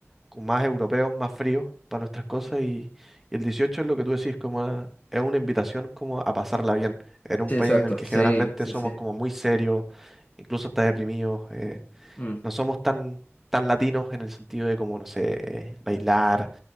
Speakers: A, in the centre; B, on the left.
A: como más europeos, más fríos para nuestras cosas y, y el 18 es lo que tú decís, como una- es una invitación como a pasarla bien. Era un
B: Sí,
A: país
B: exacto,
A: en el que
B: sí,
A: generalmente
B: sí,
A: somos
B: sí.
A: como muy serios, incluso hasta deprimidos. eh,
B: Mm,
A: no somos tan, tan latinos en el sentido de como, no sé, eh, bailar,